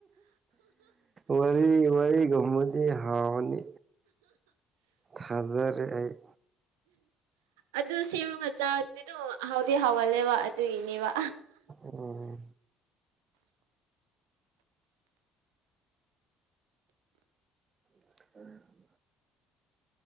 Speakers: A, on the right (about 40°); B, on the right (about 85°).
A: ꯋꯥꯔꯤ ꯋꯥꯔꯤ ꯒꯨꯝꯕꯗꯤ ꯍꯥꯎꯅꯤ ꯊꯖꯔꯦ ꯑꯩ
B: ꯑꯗꯨ ꯁꯦꯝꯒ ꯆꯥꯕꯗꯤ ꯑꯗꯨꯝ ꯍꯥꯎꯗꯤ ꯍꯥꯎꯒꯜꯂꯦꯕ ꯑꯗꯨꯏꯅꯦꯕ
A: ꯎꯝ <unintelligible>